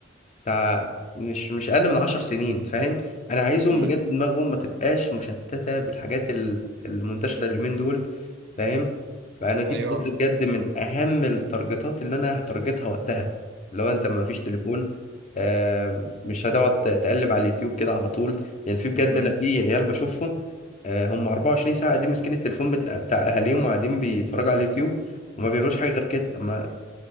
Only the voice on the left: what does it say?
بتاع مش مش اقل من عشر سنين فاهم انا عايزهم
بجد دماغهم ما تبقاش مشتته بالحاجات ال- المنتشره اليومين دول فاهم فانا دي
بجد بجد من اهم التارجتات اللي انا هتارجتها وقتها لو انت ما فيش تليفون آه مش هتقعد ت- تقلب على اليوتيوب كده على طول يعني في بجد
انا في عيال بشوفهم آه هم 24 ساعه قاعدين ماسكين التليفون بتاع, بتاع اهاليهم وقاعدين بيتفرجوا على اليوتيوب وما بيعملوش حاجه غير كده طب ما